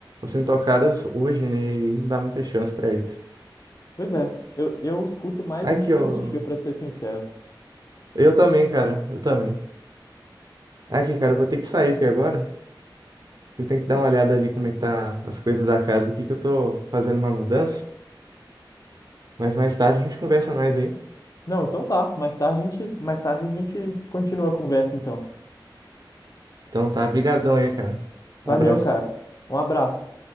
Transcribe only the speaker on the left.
Pois é, eu, eu escuto mais
música
antiga, pra te ser sincero.
Não, então tá. Mais tarde a gente, mais tarde a gente continua a conversa, então.
Valeu,
cara. Um abraço.